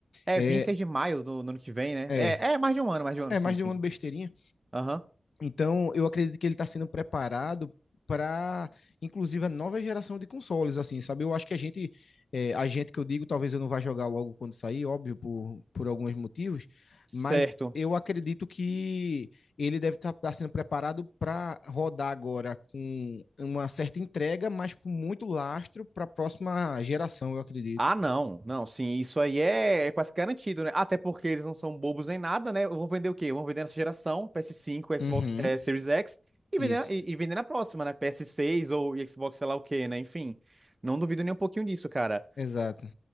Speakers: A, on the right; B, on the left.
A: É
B: É,
A: 26 de maio do, do ano que vem, né?
B: é,
A: É, é mais de um ano, mais de um ano,
B: é
A: sim,
B: mais
A: sim.
B: de um ano besteirinha.
A: Aham.
B: Então, eu acredito que ele está sendo preparado para, inclusive, a nova geração de consoles, assim, sabe? Eu acho que a gente, é, a gente que eu digo, talvez eu não vá jogar logo quando sair, óbvio, por, por alguns motivos,
A: Certo.
B: mas eu acredito que ele deve estar sendo preparado para rodar agora com uma certa entrega, mas com muito lastro para a próxima geração, eu acredito.
A: Ah, não, não, sim, isso aí é, é quase garantido, né? Até porque eles não são bobos nem nada, né? Vão vender o quê? Vão vender nessa geração, PS5,
B: Uhum.
A: Xbox, eh, Series X, e
B: Isso,
A: vender, e, e vender na próxima, né? PS6 ou Xbox, sei lá o quê, né? Enfim, não duvido nem um pouquinho disso, cara
B: exato.